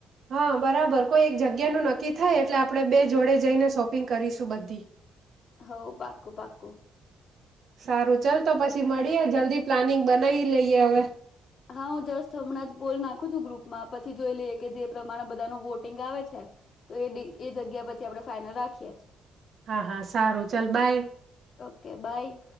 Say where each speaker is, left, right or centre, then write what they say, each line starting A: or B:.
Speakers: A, on the right; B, on the left.
A: હા બરાબર કોઈ એક જગ્યાનું નક્કી થાય એટલે આપણે બે જોડે જઈને શોપિંગ કરીશું બધી.
B: હ પાકું પાકું.
A: સારું ચાલ તો પછી મળીએ જલ્દી પ્લાનિંગ બનાવી લઈએ હવે.
B: હા હું જસ્ટ હમણાં જ પોલ નાખું છું ગ્રુપમાં પછી જોઈ લઈએ કે જે પ્રમાણે બધાનું વોટિંગ આવે છે તો એ એ જગ્યા પછી આપણે ફાાઈનલ રાખીએ.
A: હા હા સારું ચાલ બાય.
B: Okay by.